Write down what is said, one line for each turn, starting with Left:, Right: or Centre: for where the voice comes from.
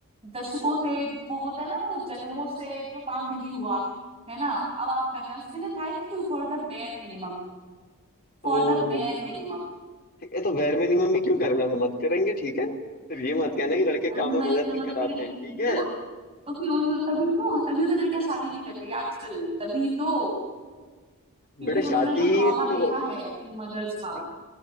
Right: दशकों से वो बोलते हैं ना वो जन्मों से जो काम नहीं हुआ है ना अब आप कर रहे हैं उसके लिए thank you for the bare minimum for
Left: ओहो
Right: the bare minimum
Left: ठीक है तो वेर मिनिमम भी क्यों करना है मत करेंगे ठीक है फिर ये मत कहना कि लड़के
Right: मैं
Left: काम में
Right: इतना
Left: मदद नहीं कराते
Right: मत करेंगे ठीक
Left: ठीक है
Right: है भाई तो फिर उन तभी तो तभी तो लड़कियां शादी नहीं कर रही आजकल तभी तो क्योंकि
Left: बेटा
Right: उन्होंने
Left: शादी
Right: जो ट्रॉमा
Left: तो
Right: देखा है अपनी मदर्स का
Left: नहीं,